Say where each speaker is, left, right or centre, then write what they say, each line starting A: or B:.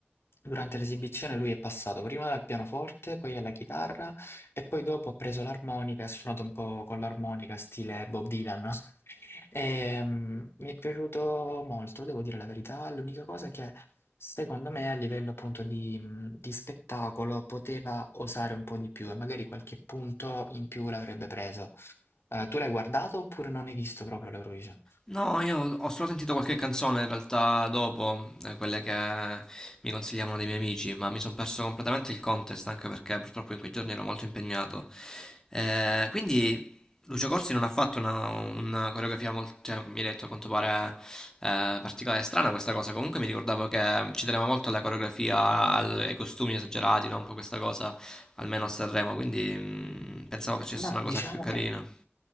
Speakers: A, on the left (about 80°); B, on the left (about 15°).
A: durante l'esibizione lui è passato prima dal pianoforte, poi alla chitarra e poi dopo ha preso l'armonica e ha suonato un po' con l'armonica, stile Bob Dylan. <laughs> Ehm, mi è piaciuto molto, devo dire la verità. L'unica cosa che secondo me a livello appunto di, mh, di spettacolo poteva osare un po' di più e magari qualche punto in più l'avrebbe preso. Eh, tu l'hai guardato oppure non hai visto proprio l'Eurovision?
B: No, io ho solo sentito qualche canzone in realtà dopo, eh, quelle che mi consigliavano dei miei amici, ma mi sono perso completamente il contest anche perché purtroppo in quei giorni ero molto impegnato. Eh, quindi Lucio Corsi non ha fatto una, una coreografia molto, cioè, mi hai detto a quanto pare eh, particolare e strana questa cosa, comunque mi ricordavo che ci teneva molto alla coreografia, al- ai costumi esagerati, no? Un po' questa cosa, almeno a Sanremo, quindi mm, pensavo facesse
A: Ma
B: una cosa
A: diciamo
B: più carina.
A: che